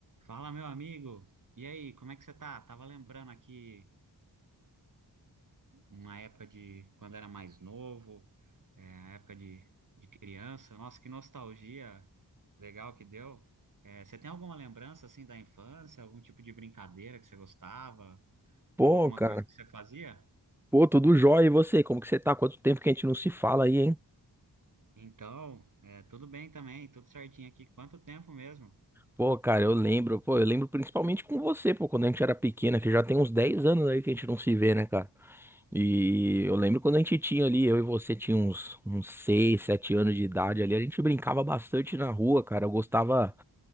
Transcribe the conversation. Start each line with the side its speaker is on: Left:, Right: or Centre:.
Right: Fala, meu amigo. E aí, como é que você tá? Tava lembrando aqui uma época de quando era mais novo, é, a época de, de criança. Nossa, que nostalgia legal que deu. É, você tem alguma lembrança assim da infância, algum tipo de brincadeira que você gostava,
Centre: Pô,
Right: ou alguma
Centre: cara.
Right: coisa que você fazia?
Centre: Pô, tudo jóia. E você? Como que você tá? Quanto tempo que a gente não se fala aí, hein?
Right: Então, é, tudo bem também, tudo certinho aqui. Quanto tempo mesmo?
Centre: Pô, cara, eu lembro. Pô, eu lembro principalmente com você, pô, quando a gente era pequena, que já tem uns 10 anos aí que a gente não se vê, né, cara? E eu lembro quando a gente tinha ali, eu e você tinha uns, uns 6, 7 anos de idade ali, a gente brincava bastante na rua, cara. Eu gostava